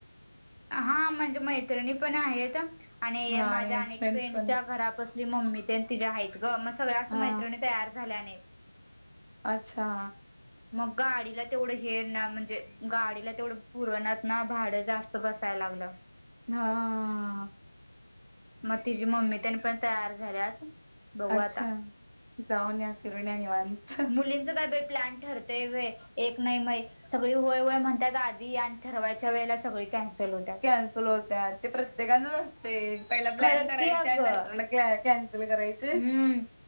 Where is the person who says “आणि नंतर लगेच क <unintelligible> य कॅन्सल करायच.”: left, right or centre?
Right